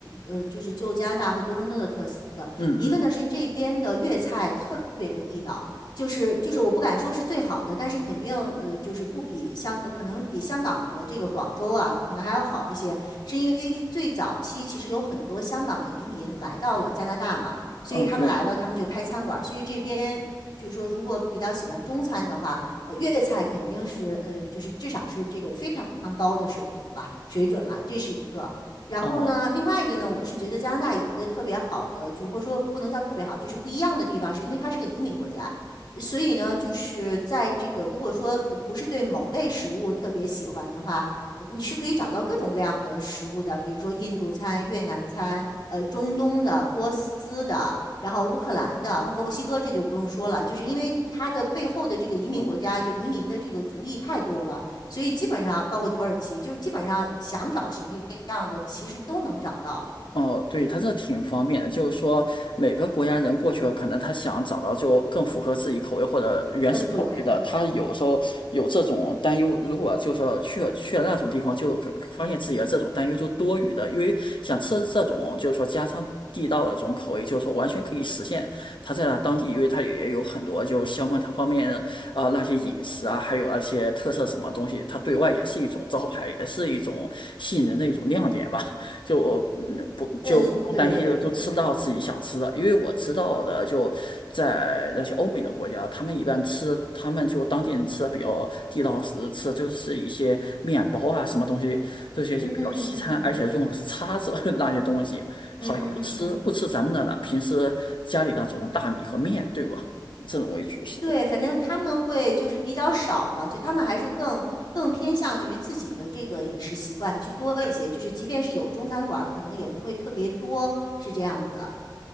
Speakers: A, on the left (about 60°); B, on the left (about 85°).
A: 呃呃就是就加拿大或多伦多的特色，
B: 嗯嗯
A: 一个呢是这边的粤菜特别的地道，就是就是我不敢说是最好的，但是肯定呃就是不比香呃可能比香港和这个广州啊可能还要好一些，是因为最早期其实有很多香港的移民来到了加拿大嘛，所以他们来了他们就开餐馆儿，
B: 嗯，对，
A: 所以这边就是说如果比较喜欢中餐的话。呃，粤菜肯定是呃，就是至少是这个非常高的水平了，水准了，这是一个。然后呢，
B: 哦
A: 另外一个呢，我是觉得加拿大有一个特别好的，就是或者说不能叫特别好，就是不一样的地方，是因为它是个移民国家，呃所以呢，就是在这个如果说呃不是对某类食物特别喜欢的话，呃你是可以找到各种各样的食物的，比如说印度餐、越南餐，呃，中东的、波斯的，然后乌克兰的、墨西哥，这就不用说了，就是因为它的背后的这个移民国家，
B: 哦。
A: 就移民的这个族裔太多了，所以基本上包括土耳其，就是基本上想找什么样的，其实都能找到。
B: 哦，对，它这挺方便的，就是说每个国家人过去了，可能他想找到就更符合自己口味或者原始口味的，
A: 呃，对，
B: 他有时候有这种担忧。如果就说去了去了那种地方，就可发现自己的这种担忧就多余的，因为想吃这种就是说家常地道的这种口味，就是说完全可以实现。他在那当地，因为他也有很多就相关他方面的啊、呃那些饮食啊，还有那些特色什么东西，他对外也是一种招牌，也是一种吸引人的一种亮点吧。就嗯不就不担心就吃不到自己想吃的，
A: 呃，对，
B: 因为我知道的就在那些欧美的国家，他们一般吃，他们就当地人吃的比较地道是吃的就是一些面包啊什么东西这些比较西餐，
A: 嗯嗯
B: 而且用的是叉子 <laughs> 那些东西，
A: 嗯嗯嗯嗯嗯嗯嗯嗯。
B: 好像不吃不吃咱们那的了，
A: 嗯嗯嗯嗯
B: 平时家里那种大米和面，对吧？这种为主食。
A: 对，反正他们会就是比较少嘛，就他们还是更更偏向于自己的这个饮食习惯居多一些，就是即便是有中餐馆儿可能也不会特别多，是这样子啊。